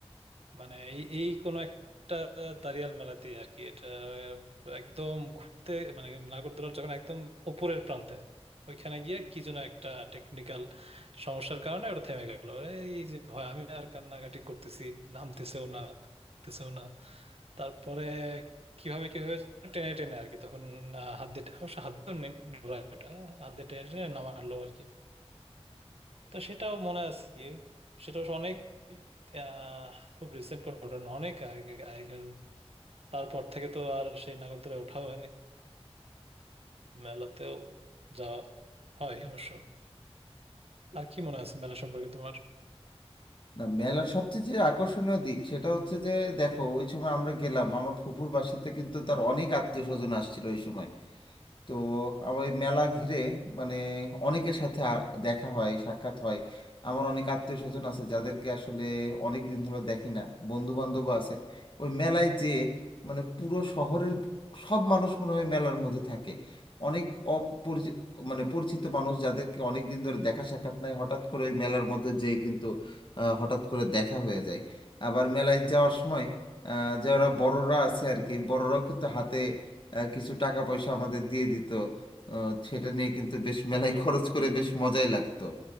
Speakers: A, on the right; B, on the left.
A: মানে এই এই কোনো একটা দাঁড়িয়াল মেলাতে আর কি এটা একদম ঘুরতে মানে নাগরদোলার যখন একদম ওপরের প্রান্তে ওইখানে গিয়ে কি যেন একটা টেকনিক্যাল সমস্যার কারণে ওটা থেমে গেল এই যে ভয় আমি আর কান্নাকাটি করতেছি নামতেছেও না নামতেছেও না তারপরে কিভাবে কি হয়েছে টেনে টেনে আর কি তখন আহ, হাত দিয়ে অবশ্য হাত দিয়ে নি- ওটা হাত দিয়ে টেনে টেনে নামালো আর কি তো সেটাও মনে আছে গিয়ে। সেটা অবশ্য অনেক আহ, খুব রিসেন্ট কোনো ঘটনা অনেক আগে আগেকার তারপর থেকে তো আর সেই নাগরদোলায় ওঠাও হয়নি মেলাতেও যাওয়া হয় অবশ্য আর কি মনে আছে মেলা সম্পর্কে তোমার
B: না মেলার সবচেয়ে যে আকর্ষণীয় দিক সেটা হচ্ছে যে দেখো ওই সময় আমরা গেলাম আমার ফুফুর বাসাতে কিন্তু তার অনেক আত্মীয় স্বজন আসছিল ওই সময় তো আমার ওই মেলা ঘিরে মানে অনেকের সাথে আ- দেখা হয় সাক্ষাৎ হয় আমার অনেক আত্মীয় স্বজন আছে যাদেরকে আসলে অনেক দিন ধরে দেখি না বন্ধু বান্ধব আছে ওই মেলায় যে মানে পুরো শহরের সব মানুষ মনে হয় মেলার মধ্যে থাকে অনেক অপরিচিত মানে পরিচিত মানুষ যাদেরকে অনেক দিন ধরে দেখা সাক্ষাৎ নাই হঠাৎ করে ওই মেলার মধ্যে যেয়ে কিন্তু আহ, হঠাৎ করে দেখা হয়ে যায় আবার মেলায় যাওয়ার সময় আহ, যারা বড়রা আছে আর কি বড়রাও কিন্তু হাতে আর কিছু টাকা পয়সা আমাদের দিয়ে দিত আহ, সেটা নিয়ে কিন্তু বেশ মেলায়
A: হুম
B: খরচ করে বেশ মজাই লাগতো